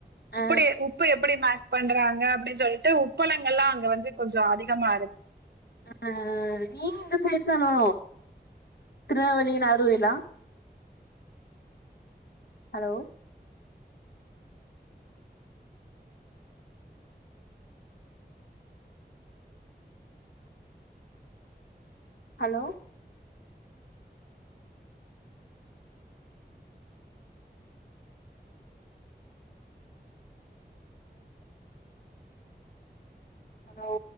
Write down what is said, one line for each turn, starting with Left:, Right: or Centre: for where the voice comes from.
Left: அ,
Right: உப்புடி
Left: அ,
Right: உப்பு எப்டி மே பண்றாங்க அப்டின் சொல்லிட்டு உப்பளங்கள்லா அங்க வந்து கொஞ்சோ அதிகமா இரு
Left: அ. நீங்க இந்த சைடு தானோ திருநவேலி நாகர்கோயிலா ஹலோ ஹலோ ஹலோ